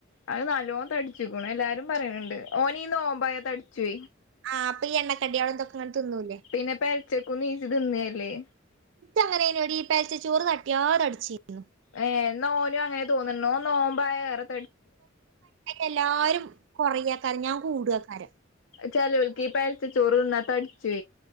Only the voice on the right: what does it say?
ആ അപ്പൊ ഈ എണ്ണക്കടികളും ഇതൊക്കെ അങ്ങനെ തിന്നൂലേ
അങ്ങനേനോട് ഈ പേൽച്ച ചോറ് തട്ടിയാ അടിച്ചിരുന്നു
എല്ലാരും കൊറ ആക്കറ് ഞാൻ കൂടക്കാര